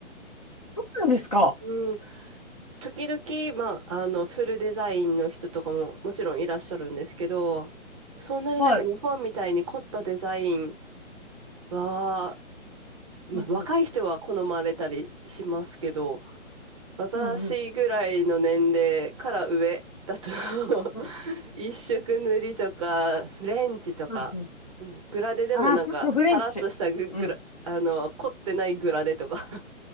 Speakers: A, on the left (about 30°); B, on the right (about 25°).
A: そうなんですか。
B: うん時々、まあ、あの、フルデザインの人とかももちろんいらっしゃるんですけど、そんなになんか日本みたいに凝ったデザイン
A: はい。
B: は、まあ、
A: うんうん。
B: 若い人は好まれたりしますけど、私ぐらいの年齢から上だと
A: うんうん。
B: <laughs>
A: うん。
B: 一色塗りとか、フレンチとか、
A: うんうん。
B: うん、グラデでもなんか、
A: ああ、そうそう、フレンチ。
B: さらっとしたグ、グラ、
A: うん。
B: あの、凝ってないグラデとか、